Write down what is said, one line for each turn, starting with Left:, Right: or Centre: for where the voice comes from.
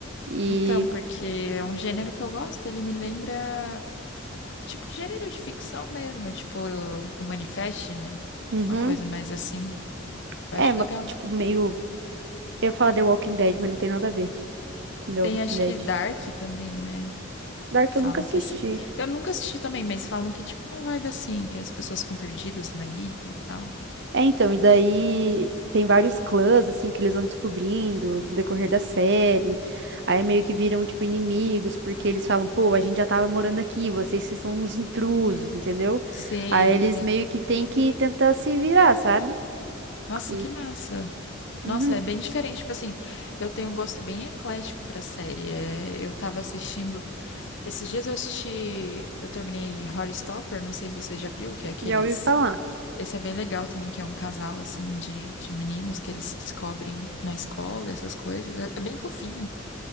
Right: E.
Left: Então, porque é um gênero que eu gosto, ele me lembra, tipo, gênero de ficção mesmo, tipo, o, o Manifest, né?
Right: Uhum.
Left: Uma coisa mais assim. Eu
Right: É,
Left: acho
Right: mas,
Left: legal.
Right: tipo, meio. Eu ia falar The Walking Dead, mas não tem nada a ver com The
Left: Tem
Right: Walking
Left: acho
Right: Dead.
Left: que Dark também, né?
Right: Dark
Left: Falam
Right: eu nunca assisti.
Left: que esse. Eu nunca assisti também, mas falam que é tipo uma vibe assim, que as pessoas ficam perdidas numa ilha e tal.
Right: É, então, e daí tem vários clãs, assim, que eles vão descobrindo no decorrer da série. Aí meio que viram, tipo, inimigos, porque eles falam, pô, a gente já tava morando aqui, vocês que são uns intrusos, entendeu?
Left: Sei,
Right: Aí eles
Left: fi-
Right: meio que têm que tentar se virar, sabe?
Left: Nossa,
Right: E,
Left: que massa.
Right: uhum,
Left: Nossa, é bem diferente. Tipo assim, eu tenho um gosto bem eclético pra série. É, eu tava assistindo. Esses dias eu assisti. Eu terminei Horrorstopper, não sei se você já viu, que é aqueles.
Right: já ouvi falar.
Left: Esse é bem legal também, que é um casal, assim, de, de meninos que eles se descobrem na escola, essas coisas. É é bem fofinho.